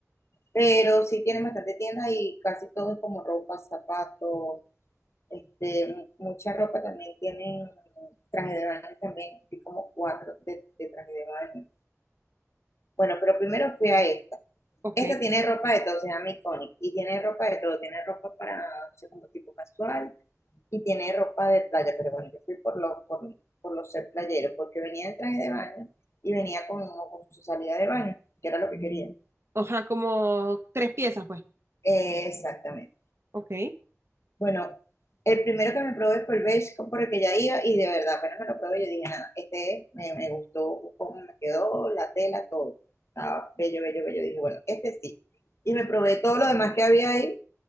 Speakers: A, on the left; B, on the right.
A: pero sí tienen bastante tiendas y casi todo es como ropa, zapatos, este, mu- mucha ropa también tienen traje de baño también, vi como cuatro de, de traje de baño. Bueno, pero primero fui a esta.
B: ok.
A: Esta tiene ropa de todo, se llama Iconic, y tiene ropa de todo, tiene ropa para, no sé, como tipo casual y tiene ropa de playa, pero bueno, yo fui por lo, por, por lo ser playero, porque venía en traje de baño y venía con, con su salida de baño, que era lo que quería.
B: Ajá, como tres piezas, pues.
A: Eh, exactamente.
B: Ok,
A: Bueno, el primero que me probé fue el beige por el que ya iba y de verdad, apenas me lo probé, yo dije, nada, este es, me, me gustó cómo me quedó, la tela, todo. Estaba bello, bello, bello. Dije, bueno, este sí. Y me probé todo lo demás que había ahí